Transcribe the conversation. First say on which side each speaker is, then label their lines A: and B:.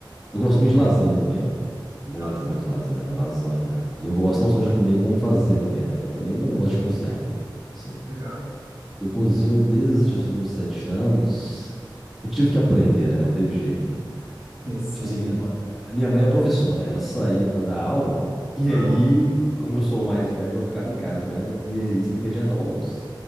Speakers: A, in the centre; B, on the right (about 45°).
A: Eu gosto muito de lasanha também. Muito,
B: Lasanha.
A: muito lasanha, lasanha. E eu gosto não só de comer, como fazer também, né? Eu também, eu gosto de cozinhar também. Assim,
B: Legal.
A: eu cozinho desde
B: <laughs>
A: os meus sete anos. Eu tive que aprender, né? Não teve jeito.
B: Sim.
A: Tipo assim, minha, ma- minha mãe era professora, ela saía pra dar aula, e
B: Ah,
A: aí, como eu sou o mais velho, eu ficava em casa, né? E aí você tem que adiantar o almoço.